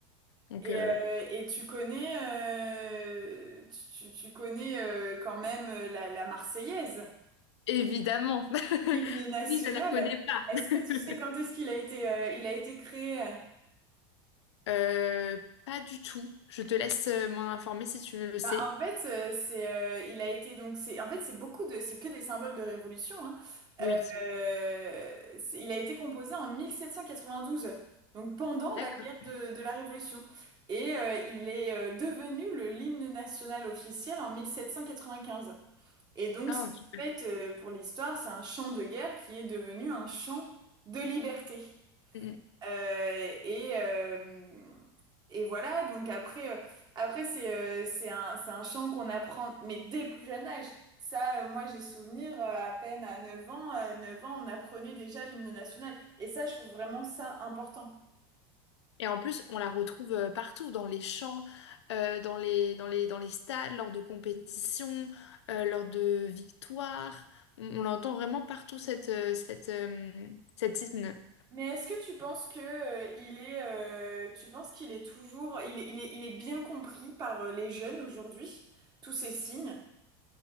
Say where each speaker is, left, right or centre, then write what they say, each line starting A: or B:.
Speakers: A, on the left; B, on the right.
A: Donc
B: Et,
A: euh,
B: euh, et tu connais, euh, tu, tu- tu connais euh, quand même euh, la, la Marseillaise,
A: évidemment, <laughs>
B: l'hymne national.
A: qui ne la connaît pas?
B: Est-ce
A: <laughs>
B: que tu sais quand est-ce qu'il a été, euh, il a été créé?
A: Euh, pas du tout. Je te laisse euh, m'en informer si tu le sais.
B: Bah, en fait, euh, c'est, euh, il a été donc c'est, en fait c'est beaucoup de, c'est que des symboles de révolution. hein.
A: Oui.
B: Euh, euh, c'est- il a été composé en 1792, donc pendant la
A: D'accord.
B: guerre de, de la Révolution, et euh, il est euh, devenu le l'hymne national officiel en 1795. Et donc,
A: Ah,
B: c'est-
A: super.
B: en fait, euh, pour l'histoire, c'est un champ de guerre qui est devenu un champ de liberté.
A: Mm. mm.
B: Euh, et, euh, et voilà, donc après, euh, après c'est euh, c'est un, c'est un chant qu'on apprend, mais dès le plus jeune âge. Ça, euh, moi, j'ai souvenir, euh, à peine à neuf ans, euh, 9 ans, on apprenait déjà l'hymne national. Et ça, je trouve vraiment ça important.
A: Et en plus, on la retrouve euh, partout, dans les champs, euh, dans les, dans les, dans les stades, lors de compétitions, euh, lors de victoires. On, on l'entend vraiment partout, cette, euh, cette, euh, cet hymne.
B: Mais est-ce que tu penses que, euh, il est, euh, tu penses qu'il est toujours, il est, il est, il est bien compris par, euh, les jeunes aujourd'hui, tous ces signes?